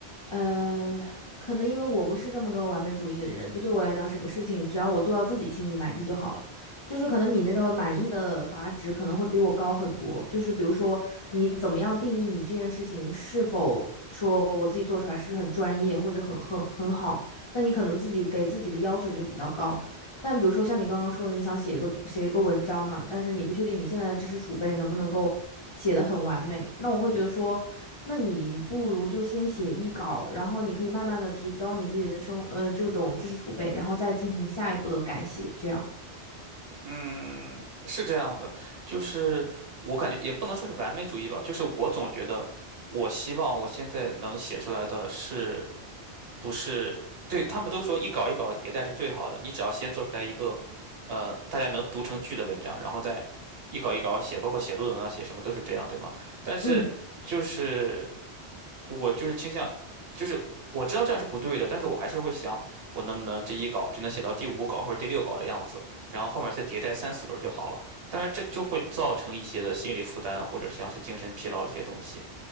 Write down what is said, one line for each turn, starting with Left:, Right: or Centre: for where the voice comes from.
Left: 呃，可能因为我不是这么个完美主义的人，就对我来讲，什么事情只要我做到自己心里满意就好了。就是可能你那个满意的阀值可能会比我高很多。就是比如说，你怎么样定义你这件事情是否说我自己做出来是不是很专业或者很很很好，那你可能自己给自己的要求就是比较高。但比如说像你刚刚说的，你想写一个写一个文章嘛，但是你不确定你现在的知识储备能不能够写得很完美，那我会觉得说，那你不如就先写一稿，然后你可以慢慢的提高你自己的生呃这种知识储备，然后再进行下一步的改写，这样，
Right: 嗯，是这样的，就是我感觉也不能说是完美主义吧，就是我总觉得我希望我现在能写出来的是不是对他们都说一稿一稿迭代是最好的，你只要先做出来一个呃大家能读成句的文章，然后再一稿一稿写，包括写论文啊写什么都是这样，对吗？但是就是。
Left: 嗯。
Right: 我就是倾向，就是我知道这样是不对的，但是我还是会想，我能不能这一稿就能写到第五稿或者第六稿的样子，然后后面再迭代三四轮就好了。但是这就会造成一些的心理负担，或者像是精神疲劳这些东西。